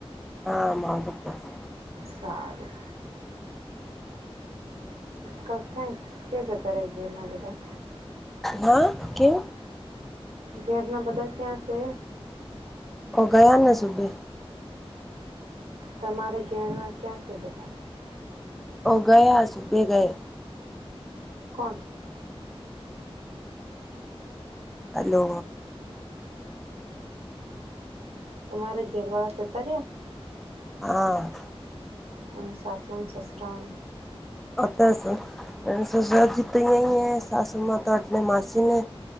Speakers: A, in the centre; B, on the right.
A: હા માંધ પાશે.
B: સારું ક્યાં ક્યાં જતા ર ગયા એ ના બધા
A: હા કેમ
B: ઘેરના બધા ક્યાં છે
A: ઓ ગયા ન સુબે
B: તમારે ઘેરણા ક્યાં છે બધા?
A: ઓ ગયા સુભે ગયા
B: કોણ?
A: હલો
B: તમારે ઘેર વાળા જતા રહ્યા
A: હા
B: અને સાસુ ન સસરા
A: અત સ સુસરાત જીતી સાસુ માતા અટલે માાસીને અ